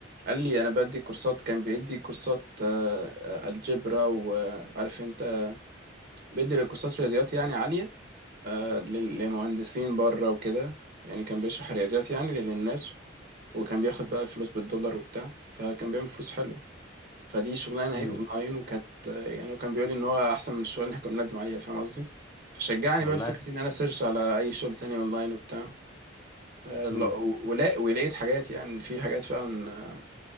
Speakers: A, on the right; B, on the left.
A: قال لي انا بدي كورسات كان بيدي كورسات آه، آه، الجبرا وعارف انت بيدي كورسات رياضيات يعني عالية آه، لل- لمهندسين بره وكده يعني كان بيشرح رياضيات يعني للناس وكان بياخد بقى الفلوس بالدولار وبتاع فكان بيعمل فلوس حلوة فدي شغلانة
B: امم
A: اهي اونلاين وكانت آه، يعني وكان بيقول لي ان هو احسن من الشغل اللي احنا كنا بنقدم عليها فاهم قصدي فشجعني
B: والله
A: بقى لفكرة ان انا سيرش على اي شغل تاني اونلاين وبتاع آه، لا-
B: امم
A: ولا- ولقيت حاجات يعني في حاجات فعلا آه،